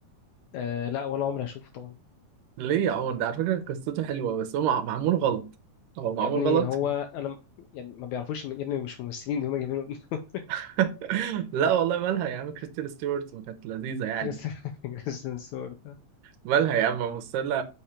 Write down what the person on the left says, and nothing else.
آه لا ولا عمري هشوفه طبعا
يا ابني
هو انا م- يعني ما بيعرفوش من- يا ابني مش ممثلين دي هم جايبينه <laughs>
كريستيان كريستيان سور ده